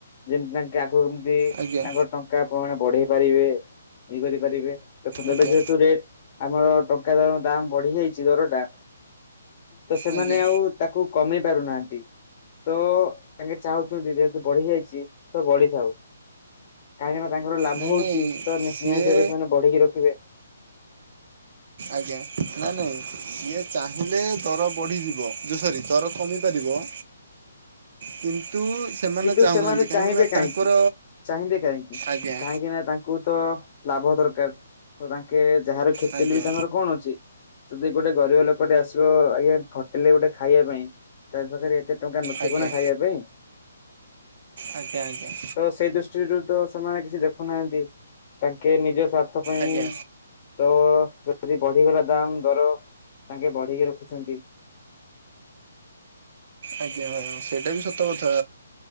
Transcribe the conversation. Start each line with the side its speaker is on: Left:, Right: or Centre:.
Left: ଯେମିତି ତାଙ୍କେ ଆଗକୁ କେମତି
Right: ଆଜ୍ଞା
Left: ତାଙ୍କ ଟଙ୍କା କଣ ବଢେଇ ପାରିବେ ଇଏ କରିପାରିବେ। ଦେଖନ୍ତୁ
Right: ଆଜ୍ଞା
Left: ଏବେ ଯେହେତୁ ରେଟ ଆମର ଟଙ୍କା ଦର ଦାମ ବଢିଯାଇଛି ଦରଟା। ତ ସେମାନେ
Right: ଆଜ୍ଞା
Left: ଆଉ ତାକୁ କମେଇ ପାରୁନାହାନ୍ତି। ତ ତାଙ୍କେ ଚାହୁଁଛନ୍ତି ଯେହେତୁ ଗଢି ଯାଇଛି ତ ବଢିଥାଉ। କାହିଁକି ନା ତାଙ୍କର ଲାଭ
Right: ନାଇଁ
Left: ହଉଛି
Right: ନାଇଁ
Left: ତ ନି-ନିହାତି
Right: ସିଏ
Left: ଭବେ ସେମାନେ ବଢେଇକି ରଖିବେ।
Right: ଆଜ୍ଞା ନା ନାଇଁ ସିଏ ଚାହିଁଲେ ତର ବଢ଼ିଯିବ ଯେ ସରି ତର କମିପାରିବ। କିନ୍ତୁ
Left: କିନ୍ତୁ
Right: ଚାହୁଁନାହାନ୍ତି
Left: ସେମାନେ
Right: କାହିଁକିନା
Left: ଚାହିଁବେ କାହିଁକି
Right: ତାଙ୍କର
Left: ଚାହିଁବେ କାହିଁକି
Right: ଆଜ୍ଞା
Left: କାହିଁକି ନା ତାଙ୍କୁ ତ ଲାଭ ଦରକାର ତ ତାଙ୍କେ ଯାହାର କ୍ଷତିହେଲେ
Right: ଆଜ୍ଞା
Left: ବି ତାଙ୍କର କଣ ଅଛି। ଯଦି ଗୋଟେ ଗରିବ ଲୋକଟେ ଆସିବ ଆଜ୍ଞା ହୋଟେଲ ରେ ଗୋଟେ ଖାଇବା ପାଇଁ ତା ପାଖରେ ଏତେ ଟଙ୍କା ନଥିବ
Right: ଆଜ୍ଞା
Left: ନା ଖାଇବା ପାଇଁ।
Right: ଆଜ୍ଞା ଆଜ୍ଞା।
Left: ତ ସେଇ ଦୃଷ୍ଟିରୁ ତ ସେମାନେ କିଛି ଦେଖୁନାହାନ୍ତି ତାଙ୍କେ ନିଜ ସ୍ୱାର୍ଥ ପାଇଁ
Right: ଆଜ୍ଞା
Left: ତ ଯଦି ବଢିଗଲା ଦାମ ଦର ତାଙ୍କେ ବଢେଇକି ରଖୁଛନ୍ତି।
Right: ଆଜ୍ଞା ଭାଇ ସେଇଟା ବି ସତ କଥା